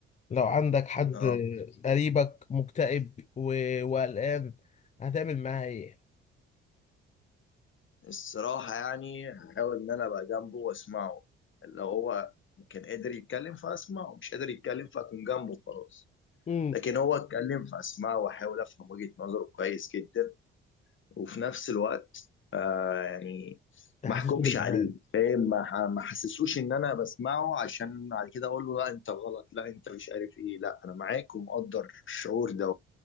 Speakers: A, on the left; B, on the left.
A: لو عندك حد
B: اه
A: قريبك مكتئب و... وقلقان هتعمل معاه ايه
B: الصراحه يعني هحاول ان انا ابقى جنبه واسمعه اللي هو كان قادر يتكلم فاسمعه مش قادر يتكلم فاكون جنبه خلاص
A: امم
B: لكن هو اتكلم فاسمعه واحاول افهم وجهه نظره كويس جدا وفي نفس الوقت آه يعني
A: تحسسه
B: ما احكمش
A: بالامان
B: عليه فاهم ما ح- ما احسسوش ان انا بسمعه عشان بعد كده اقول له لا انت غلط لا انت مش عارف ايه لا انا معاك ومقدر الشعور ده